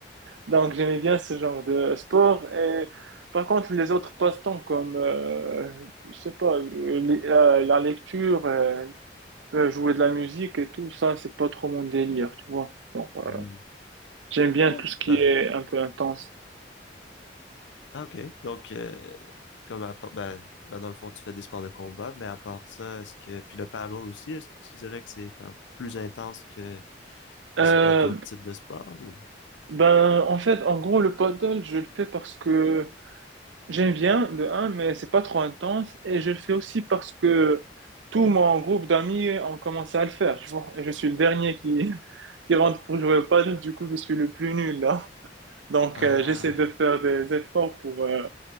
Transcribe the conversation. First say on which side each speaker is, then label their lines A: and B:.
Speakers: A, on the right; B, on the left.
A: Donc j'aimais bien ce genre de sport. Et par contre, les autres passe-temps comme, euh, je sais pas, euh, li- euh, la lecture, euh, Euh, jouer de la musique et tout ça, c'est pas trop mon délire, tu vois. Donc, euh,
B: Mhm.
A: j'aime bien
B: Ouais,
A: tout ce qui
B: bah
A: est un peu intense.
B: Ah, ok. Donc, euh, comme à part- ben, ben, dans le fond, tu fais des sports de combat, mais à part ça, est-ce que, puis le paddle aussi, est-ce que tu dirais que c'est comme plus intense que, je
A: Euh,
B: sais pas, d'autres types de sports ou?
A: ben, en fait, en gros, le paddle, je le fais parce que J'aime bien de un, mais c'est pas trop intense et je le fais aussi parce que tout mon groupe d'amis ont commencé à le faire, tu vois. Et je suis le dernier qui, <laughs> qui rentre pour jouer au paddle, du coup je suis le plus nul là. Donc
B: Ah,
A: euh, j'essaie de faire des efforts pour. euh,